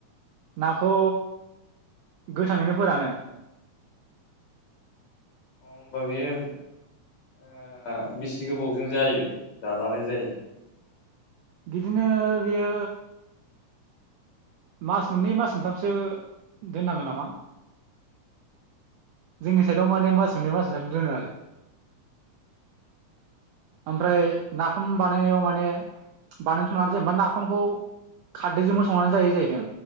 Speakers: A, on the right; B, on the left.
A: नाखौ गोथाङैनो फोरानो
B: अ ओमबा बियो ओ बेसे गोबावजों जायो जाजानाय जायो।
A: बिदिनो बियो मास मोननै मास मोनथामसो दोननांगोन नामा जोंनि साइडाव माने मास मोननै मासमोनथाम' दोनो आरो
B: <inaudible>
A: ओमफ्राय नाफाम बानायनायाव माने बानायथ'नानै जेनबा नाफामखौ खारदैजोंबो संनानै जायो जाहै जों